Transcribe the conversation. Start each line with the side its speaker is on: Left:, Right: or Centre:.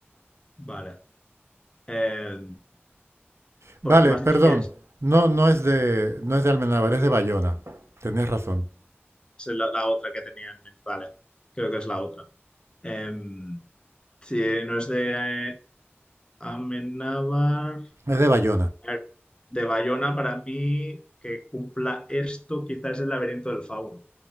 Left: Vale. Eh,
Right: Vale,
Left: porque me has
Right: perdón.
Left: dicho que es.
Right: No, no es de, no es de Almenábar, es de Bayona. Tenés razón.
Left: Esa es la, la otra que tenía en mente. Vale, creo que es la otra. Em, si no es de Amenábar,
Right: Es de Bayona.
Left: a ver, de Bayona, para mí, que cumpla esto, quizás es el laberinto del fauno.